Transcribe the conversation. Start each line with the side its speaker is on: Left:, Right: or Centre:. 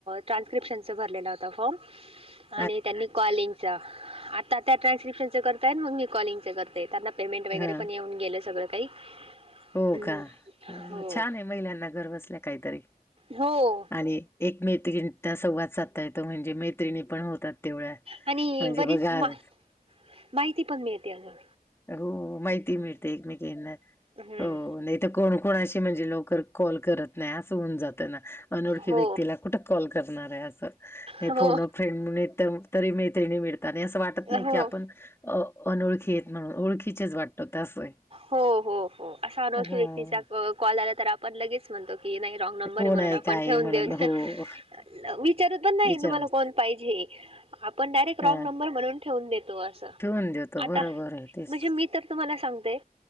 Right: ट्रान्स्क्रिप्शनचं भरलेलं होता फॉर्म
Left: <unintelligible>
Right: आणि त्यांनी कॉलिंगचं आता त्या ट्रान्स्क्रिप्शनचं करताय मग मी कॉलिंगचं करते त्यांना पेमेंट वगैरे
Left: हा
Right: पण येऊन गेलं सगळं काही.
Left: हो
Right: हम्म.
Left: का
Right: हो
Left: छान आहे महिलांना घर बसल्या काहीतरी
Right: हो
Left: आणि एकमेकींचा संवाद साधता येतो म्हणजे मैत्रिणी पण होतात. तेवळा
Right: आणि
Left: म्हणजे
Right: बरीच
Left: बघा
Right: मा
Left: आज.
Right: माहिती पण मिळते अगं,
Left: हो माहिती ही मिळते एकमेकींना
Right: हम्म
Left: हो नाही तर कोण कोणाशी म्हणजे लवकर कॉल करत नाही असं होऊन जातं ना अनोळखी
Right: हो
Left: व्यक्तीला कुठं कॉल करणार आहे असं, हे
Right: हो
Left: फोन अ फ्रेंड <inaudible> तरी मैत्रिणी मिळतात आणि असं वाटत
Right: हो
Left: नाही की आपण अनोळखी आहेत म्हणून ओळखीचेच वाटतो ते असं आहे.
Right: हो हो हो असा अनोळखी
Left: हा.
Right: व्यक्तीचा कॉल आला तर आपण लगेच म्हणतो की नाही रॉंग नंबर
Left: कोण
Right: आहे म्हणून आपण
Left: काय आहे
Right: ठेवून
Left: म्हणून
Right: देतो
Left: हो
Right: विचारत पण नाही
Left: विचारूच
Right: तुम्हाला कोण पाहिजे, आपण डायरेक्ट
Left: हा.
Right: रॉंग नंबर म्हणून ठेवून देतो असं
Left: ठेवून देतो
Right: आता
Left: बरोबर आहे तेच.
Right: म्हणजे मी तर तुम्हाला सांगते